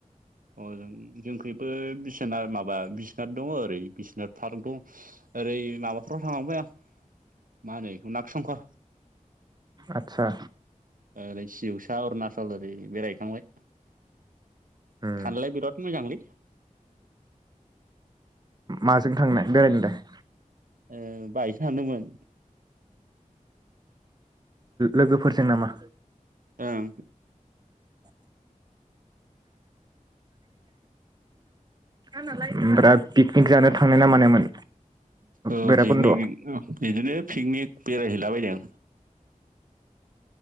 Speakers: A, on the right; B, on the right.
A: अजों जोंखैबो बिसोना माबा बि बिसनाथ दङ ओरै बिसनाथ पार्क दं ओरै माबाफ्राव थांखांबाय आं मा होनो बेखौ नाग संकर।
B: आच्छा।
A: ओरै सिउसा अरुणचल ओरै बेरायहैखांबाय।
B: उम
A: थानोलाय बिराद मोजांलै।
B: माजों थांनाय बेरायनोलाय?
A: ओ बाइक सो हानदोंमोन।
B: लोगोफोरजों नामा?
A: ओं
B: <inaudible> ओमफ्रा पिकनिक जानो थांनाय ना मानायमोन?
A: ओ
B: भैराबखुन्द'आव
A: पिकनिक बिदिनो पिकनिक। बेरायहैलाबायदों।